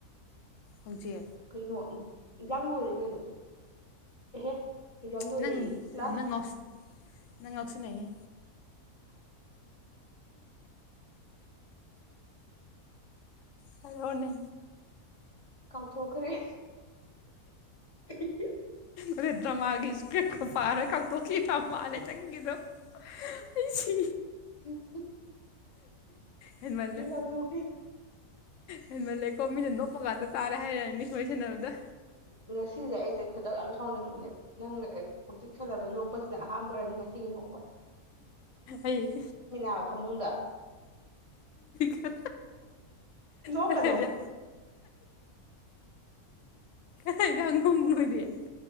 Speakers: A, on the left (about 65°); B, on the left (about 30°).
A: ꯍꯧꯪꯆꯦ
B: ꯀꯩꯅꯣ ꯑꯦꯛꯖꯥꯝ ꯂꯣꯏꯔꯦ ꯀꯩꯅꯣ ꯑꯦꯍꯦ ꯖꯝꯗꯨ
A: ꯅꯪ
B: ꯀ꯭ꯂꯥꯁ
A: ꯅꯪ ꯉꯥꯎꯁꯤꯟ ꯅꯪ ꯉꯥꯎꯁꯤꯟꯅꯩꯌꯦꯦ ꯀꯔꯅꯦ
B: ꯀꯥꯎꯊꯣꯛꯈ꯭ꯔꯦ <unintelligible>
A: ꯑꯗ ꯗ꯭ꯔꯃꯥꯒꯤ ꯏꯁꯀ꯭ꯔꯤꯞꯀ ꯄꯥꯔꯒ ꯀꯥꯊꯣꯛꯈꯤꯔ ꯃꯥꯜꯂꯦ ꯅꯪꯒꯤꯗꯣ ꯑꯩꯁꯤ
B: ꯎꯝ
A: ꯍꯃꯂꯦ
B: ꯀꯥꯎꯊꯣꯛꯈ꯭ꯔꯦ
A: ꯍꯦꯟꯃꯜꯂꯦꯀꯣ ꯃꯤꯅ ꯅꯣꯞꯄꯀꯥꯟꯗ ꯇꯥꯔꯦ ꯍꯥꯏꯔꯛꯑꯅꯤ ꯅꯣꯏ ꯁꯥꯟꯅꯕꯗ
B: ꯉꯁꯤꯁꯦ ꯑꯩꯁꯦ ꯈꯨꯗꯛ ꯌꯥꯝ ꯁꯥꯎꯅꯤꯡꯕꯅꯦꯕ ꯅꯪ ꯍꯧꯖꯤꯛ ꯁꯥꯟꯅꯕ꯭ꯔꯥ ꯅꯣꯛꯄꯁꯤꯅ ꯑꯍꯥꯟꯕꯔꯗꯤ ꯉꯁꯤꯒꯤ ꯅ
A: ꯑꯩꯪ
B: ꯍꯥꯏꯕ ꯐꯃꯨꯡꯗ
A: ꯈ
B: ꯅꯣꯛꯀꯅꯣ
A: ꯈꯔ ꯀ ꯀꯥꯡꯒꯨꯝ ꯅꯣꯏꯗꯤꯦ